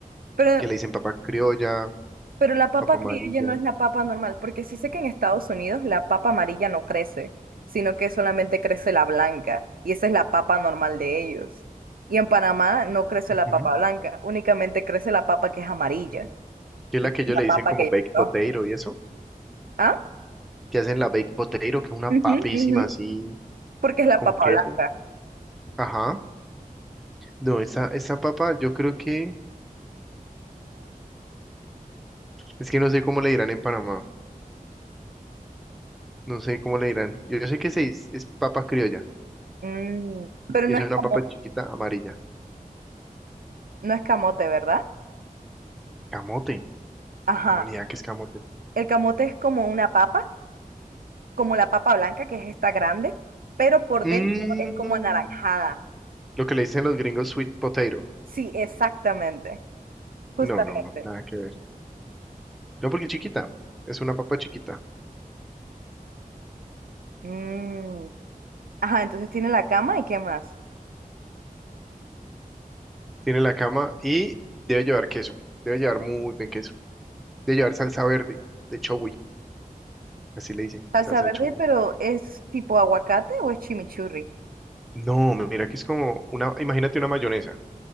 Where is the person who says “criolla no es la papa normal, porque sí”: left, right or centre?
Right